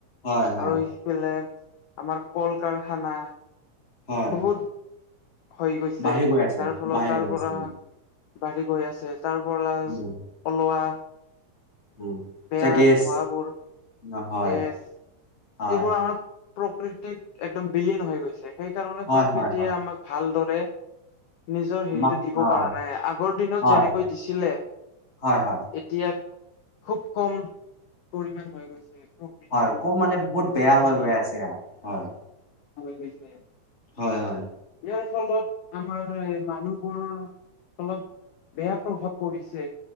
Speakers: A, on the left; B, on the left.
A: হয় হয়
B: আৰু সিফালে আমাৰ কল কাৰখানা
A: হয়
B: বহুত হৈ গৈছে।
A: বাঢ়ি গৈ আছে
B: যাৰ ফলত
A: বাঢ়ি
B: তাৰ
A: গৈ
B: পৰা
A: আছে।
B: বাঢ়ি গৈ আছে। তাৰ পৰা
A: উম
B: ওলোৱা
A: উম
B: বেয়া
A: যে গেছ
B: ধোৱাবোৰ
A: না হয়,
B: গেছ
A: হয়।
B: এইবোৰ আমাৰ প্ৰকৃতিত একদম বিলীন হৈ গৈছে। সেইকাৰণে
A: হয়,
B: প্ৰকৃতিয়ে
A: হয়, হয়।
B: আমাক ভালদৰে নিজৰ
A: আমাক
B: হেৰিটো দিব
A: হয়,
B: পৰা নাই। আগৰ দিনত
A: হয়,
B: যেনেকৈ দিছিলে
A: হয়, হয়,
B: এতিয়া, খুব কম পৰিমাণ হৈ গৈছে। প্ৰকৃতিৰ
A: হয়, কম মানে বহুত বেয়া
B: যিখিনি
A: হৈ গৈ আছে আও। হয়।
B: কৈছে।
A: হয়, হয়।
B: ইয়াৰ ফলত আমাৰ এই মানুহবোৰ অলপ বেয়া প্ৰভাৱ পৰিছে।